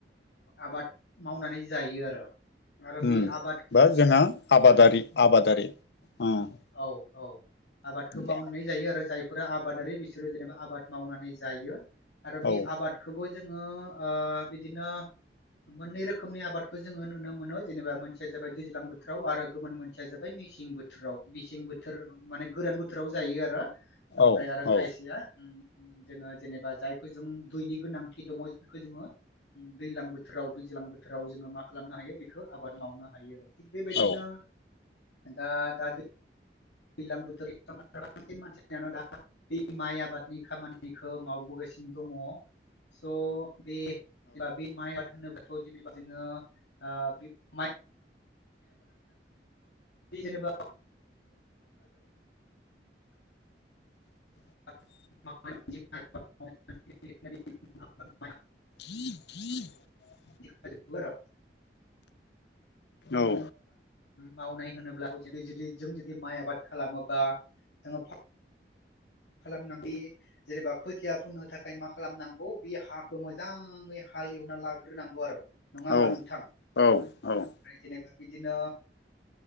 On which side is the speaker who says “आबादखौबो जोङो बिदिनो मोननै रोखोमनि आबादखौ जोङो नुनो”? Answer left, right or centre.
Left